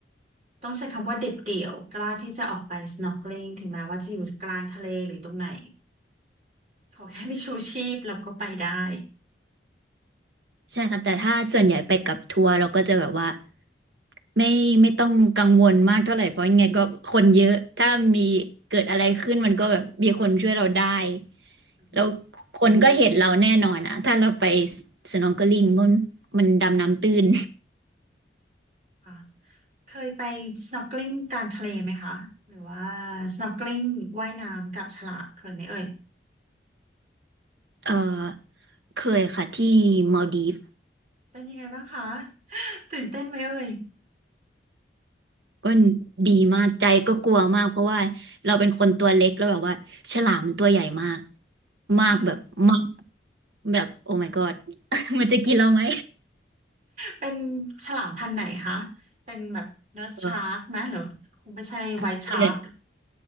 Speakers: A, on the right; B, on the right.
A: ต้องใช้คำว่าเด็ดเดี่ยวกล้าที่จะออกไป snorkeling ถึงแม้ว่าจะอยู่กลางทะเลหรือตรงไหน ขอแค่มีชูชีพเราก็ไปได้
B: ใช่ค่ะแต่ถ้าส่วนใหญ่ไปกับทัวร์เราก็จะแบบว่าไม่ไม่ต้องกังวลมากเท่าไหร่เพราะยังไงก็คนเยอะถ้ามีเกิดอะไรขึ้นมันก็แบบมีคนช่วยเราได้
A: อืม
B: แล้วคนก็เห็นเราแน่นอนอะถ้าเราไปสนองเกอลิงมันมันดำน้ำตื้น
A: ค่ะค่ะเคยไป snorkeling กลางทะเลไหมคะหรือว่า snorkeling ว่ายน้ำกับฉลามเคยไหมเอ่ย
B: เออเคยค่ะที่มาลดีฟ
A: เป็นยังไงบ้างคะ <laughs> ตื่นเต้นไหมเอ่ย
B: ก็ดีมากใจก็กลัวมากเพราะว่าเราเป็นคนตัวเล็กแล้วแบบว่าฉลามมันตัวใหญ่มาก
A: ค่ะ
B: มากแบบมากแบบโอ้ my god <laughs> มันจะกินเราไหม
A: เป็นฉลามพันธุ์ไหนคะเป็นแบบเน r ร์ s
B: เออ
A: ชาร์กไหมหรือคงไม่ใช่ไวท์ชาร์ก
B: ค่ะส่วนใหญ่